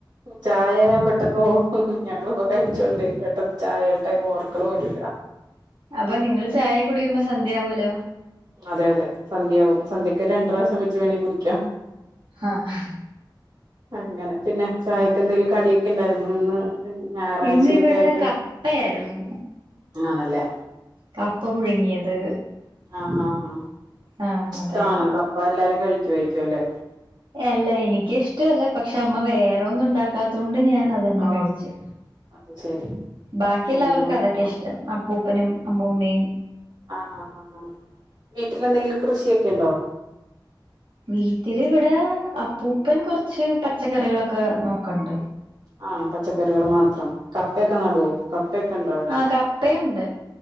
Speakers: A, on the right; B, on the right.
A: ചായ ഞാൻ പെട്ടന്നോർതു ഞങ്ങള്പൊ കയിച്ചോണ്ടെ ഒര്ത്തൻ ചായ ടൈമ് മർക്ക്ണൂല്ല
B: അപ്പ നിങ്ങള് ചായകുടികുമ്പൊ സന്ധ്യയാവല്ലൊ
A: അതെ അതെ സന്ധ്യാവും സന്ധ്യക്ക് രണ്ട് പ്രാവശ്യം വെച്ച് വേണെങ്കി കുടിക്ക
B: ആഹ്
A: അങ്ങനെ പിന്നെ ചായക്കെന്തേലും കടിയെക്കെ ഇണ്ടാര്ന്നു ഇന്ന് ഞായറാഴ്ചയൊക്കെ
B: ഇന്നിവിടെ
A: ആയിട്ട്
B: കപ്പയായിര്ന്നു
A: ആണല്ലേ
B: കപ്പ പുഴുങ്ങിയത്
A: ആഹ് ആഹ്
B: ആഹ്
A: ഇഷ്ട്ടാണൊ
B: അതായിരുന്നു
A: കപ്പ എല്ലാരും കഴിക്കുവായിര്ക്കു അല്ലെ
B: അല്ല എനിക്കിഷ്ടല്ല പക്ഷെ അമ്മ വേറൊന്നും ഇണ്ടാക്കാത്തോണ്ട് ഞാനത് തന്നെ
A: ആഹ്
B: കഴിച്ചു
A: അത് ശരി
B: ബാക്കി
A: പിന്നെ
B: എല്ലാവർക്കും അതൊക്കെ
A: ആഹ്
B: ഇഷ്ടം അപ്പൂപ്പനും അമ്മൂമ്മയും
A: ആഹ് ആഹ് ആഹ് വീട്ടിലെന്തെങ്കിലും കൃശിയൊക്കെ ഇണ്ടൊ
B: വീട്ടില് ഇവിടേ അപ്പൂപ്പൻ കൊറ്ച്ച് പച്ചക്കറികളൊക്ക നോക്ക്ൺണ്ട്
A: ആണോ പച്ചക്കറികള് മാത്രം കപ്പയൊക്കെ നടുവോ കപ്പയൊക്കെ ഇണ്ടൊ അവിടെ
B: ആഹ് കപ്പയുണ്ട്